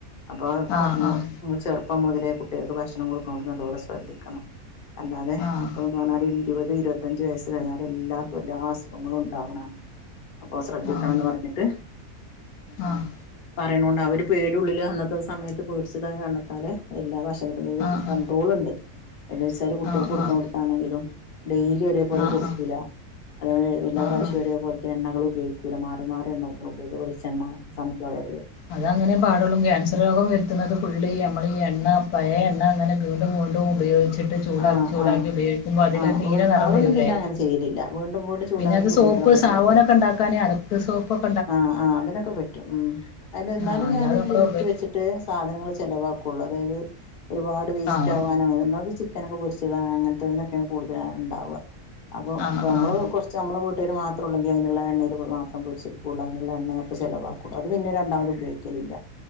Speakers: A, on the left (about 45°); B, on the left (about 75°).
A: അപ്പോ
B: ആഹ്
A: പറഞ്ഞു.
B: ആഹ്
A: ങ്ങൾ ചെറുപ്പം മുതലേ കുട്ടികൾക്ക് ഭക്ഷണം കൊടുക്കുനോട്ത നല്ലപോലെ ശ്രദ്ധിക്കണം. അല്ലാതെ
B: ആഹ്
A: ഇപ്പോൾ എന്ന് പറഞ്ഞാൽ ഇരുപത് ഇരുപത്തഞ്ച് വയസ്സ് കഴിഞ്ഞാൽ എല്ലാവർക്കും എല്ലാ അസുഖങ്ങളും ഉണ്ടാവണാണ്. അപ്പൊ ശ്രദ്ധിക്കണംന്ന്
B: ആഹ് ആഹ് ആഹ്
A: പറഞ്ഞിട്ട് അങ്ങനെ
B: ആഹ്
A: പറയണണ്ട് അ ഒരു പേടി ഉള്ളില് അന്നത്തെ സമയത്ത് പേടിച്ചത കാരണത്താല് എല്ലാ ഭക്ഷണത്തിനും
B: ആഹ് ആഹ്
A: കണ്ടട്രോൾ ഇ എന്ന് വെച്ചാലും കുട്ടികൾക്ക്
B: ആഹ്
A: കൊടുക്കുണോട്ത്താണെങ്കിലും ഡെയിലി ഒരേ പോലെ
B: ആഹ് ആഹ്
A: കൊടുക്കല. അതെപലെ എല്ലാ
B: ആഹ്
A: പ്രാവശ്യം ഒരേപോൽത്തെ എണ്ണകൾ ഉപയോഗിക്കൂല മാറി മാറി എണ്ണകൾ പയോഗിക്കാ വെളിച്ചെണ്ണ സൺഫ്ലവറ്.
B: അതങ്ങനെ പാടെള്ളു കൃൻസ് രോഗം വരുത്ത്ണത് ഫുള്ള് ഈ നമ്മൾ ഈ എണ്ണ പഴയെ എണ്ണ അങ്ങനെ വീണ്ടും വീണ്ടും ഉപയോഗിച്ചി ചൂടാക്കി,
A: ആഹ്
B: ചൂടാക്കി,
A: ആഹ്
B: ഉപയോഗിക്കുമ്പോ. അതിലൊരു
A: ആഹ്
B: നീല നിറം
A: അതൊന്നും
B: വരൂലെ?
A: പിന്നെ അങ്ങനെ ചെയ്യലില്ല വീണ്ടും വീണ്ടും ചൂടാക്കി
B: പിന്നത് സോപ്പ്
A: ഉപയോഗിക്കണ പരിപാടി
B: സാവോനൊക്കെ ണ്ടാക്കാന് അലക്ക് സോപ്പെക്
A: ആഹ് ആഹ് അതിനൊക്കെ പറ്റും. ഉം ല്ല എന്നാലും
B: ആഹ് അല്ലാതെ
A: ഞാന് ഒരു
B: നമ്മള്
A: ലിമിറ്റ്
B: ഉപ
A: വെച്ച് <unintelligible> സാധനങ്ങൾ ചിലവാക്കുള്ളൂ അതായത് ഒരുപാട് വേസ്റ്റ്
B: ആഹ്
A: ആവാൻ <unintelligible> തെനക്ക് പൊരിച്ചതാ അങ്ങൻത്തെതിനെക്കെണ് കൂടുതലാ ണ്ടാവ അപ്പൊ
B: ആഹ്
A: നമ്മള്
B: ആഹ്
A: കെർച്ച് ത് മ്മളെ വീട്ടെര് മാത്രള്ളെങ്കിൽ അതിനുള്ള എണ്ണെൽ മാത്രം പെരിച്ചിട് <unintelligible> ചിലവാക്കും അത് പിന്നെ രണ്ടാമത് ഉപയോഗിക്കലില്ല